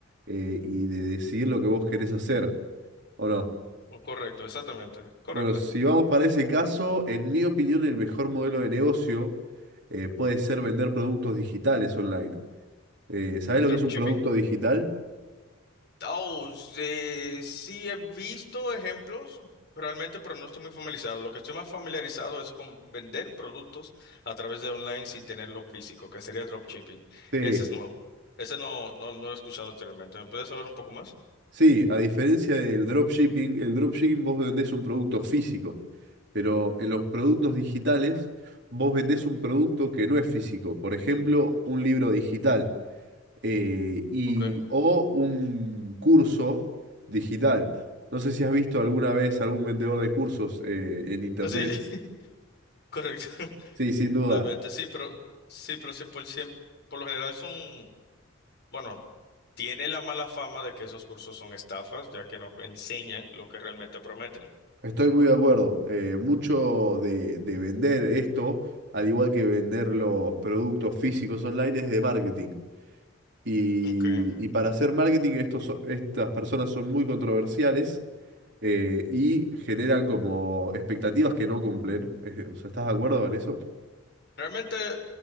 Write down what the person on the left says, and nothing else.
Correcto, exactamente. Correcto.
Dropshipping.
Oh, sí, sí he visto ejemplos realmente, pero no estoy muy familiarizado. Lo que estoy más familiarizado es con vender productos a través de online sin tenerlo físico, que sería dropshipping.
Ese es nuevo. Ese no, no, no lo he escuchado anteriormente. ¿Me puedes hablar un poco más?
Okay.
Sí, <laughs> correcto. <laughs>
Realmente sí, pero sí, pero sí, por, siem- por lo general son, bueno, tiene la mala fama de que esos cursos son estafas, ya que no enseñan lo que realmente prometen.
Okay.
Realmente.